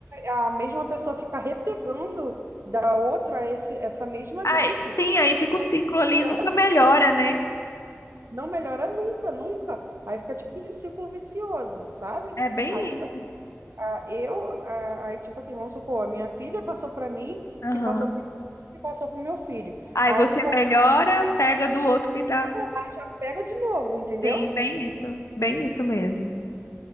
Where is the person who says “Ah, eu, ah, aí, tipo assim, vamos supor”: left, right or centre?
Right